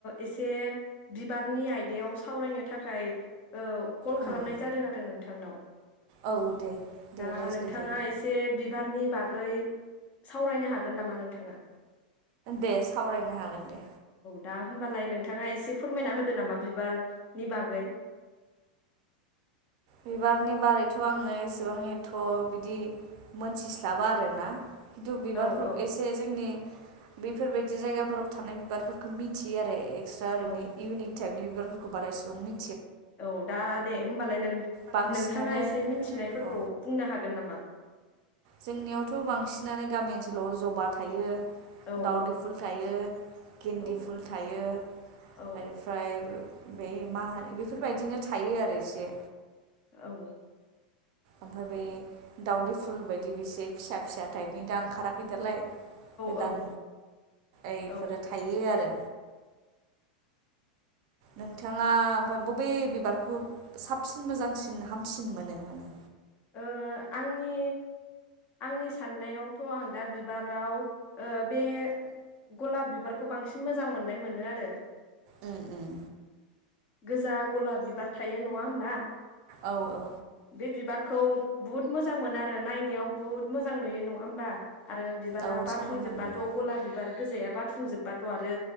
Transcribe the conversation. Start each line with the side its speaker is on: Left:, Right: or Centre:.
Left: एसे बिबारनि आयदायाव सावरायनो थाखाय औ कल
Right: उम
Left: खालामनाय जादों आरो नोंथांनाव।
Right: औ दे दे
Left: दा
Right: रायज्लाय
Left: नोंथांङा
Right: जायो
Left: एसे बिबारनि बागै सावरायनो हागोन नामा नोंथांङा?
Right: दे सावरायनो हागोन दे
Left: दा होमबालाय नोंथाङा एसे फोरमायना होदो नामा बिबारनि बागै।
Right: बिबारनि बारैथ' आङो एसेबां एथ' बिदि मोनथिस्लाबा आरोना खिन्थु बिबारफोर
Left: औ औ
Right: एसे जोंनि बेफोरबायदि जायगाफोराव थानाय बिबारफोरखौ मिथियो आरो एक क्सट्रा ओरैनो
Left: औ
Right: इउनिक टाइपनि बिबारफोरखौ बारा एसेबां मि
Left: औ दा दे होमबालाय नों
Right: बांसिनानो
Left: नोंथाङा एसे मिथिनायफोरखौ
Right: औ
Left: बुंनो हागोन नामा? आ।
Right: जोंनियावथ' बांसिनानो गामि ओनसोलाव जबा थायो।
Left: औ
Right: दाावदै
Left: औ
Right: फुल थायो, गिन्दि
Left: औ
Right: फुल थायो,
Left: औ
Right: बेनिफ्राय फ्राय मा होनो बेफोरबायदिनो थायो आरो इसे।
Left: औ।
Right: ओमफ्राय बे दावदै फुल बायदि बेसे फिसा फिसा टाइपनि दा ओंखाराखै दालाय गोदान
Left: औ
Right: एफोरो
Left: औ
Right: थायो आरो। नोंथाङा ओमफाय बबे बिबारखौ साबसिन मोजांसिन हामसिन मोनो माने?
Left: ओ आंनि आंनि साननायावथ' आं दा बिबाराव बे गलाब बिबारखौ बांसिन मोजां मोननाय मोनो आरो।
Right: उम उम
Left: गोजा गला बिबार थायो नङा होमबा?
Right: औ औ
Left: बे बिबार खौ बुहुत मोजां मोनो आरो नायनायाव बहुत मोजां नुयो नङा होम बा? आरो बिबारा
Right: औ
Left: बारफुंजोब्बाथ'
Right: समायना नुयो
Left: गलाब बिबार गोजाया बारफुंजोब्बाथ' आरो